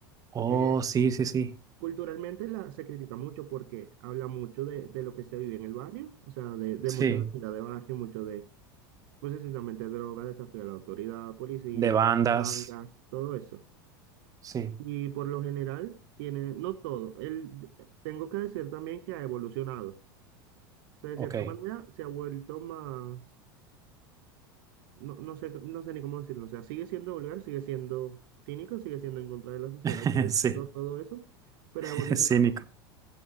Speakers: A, on the right; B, on the right.
A: Oh,
B: Eh,
A: sí, sí, sí.
B: Culturalmente la, se critica mucho porque habla mucho de, de lo que se vive en el barrio, o sea, de, de
A: Sí.
B: mucho de vida de barrio, mucho de, no sé si también de droga, desafío a la autoridad, policías,
A: De bandas.
B: gangas, todo eso.
A: Sí.
B: Y por lo general tiene, no todo, el, tengo que decir también que ha evolucionado. O sea, de
A: Ok.
B: cierta manera se ha vuelto más, no, no sé, no sé ni cómo decirlo, o sea, sigue siendo vulgar, sigue siendo cínico, sigue siendo en contra de la sociedad,
A: <laughs>
B: sigue
A: Sí,
B: siendo todo eso, pero
A: <laughs>
B: ha evolucionado.
A: cínico.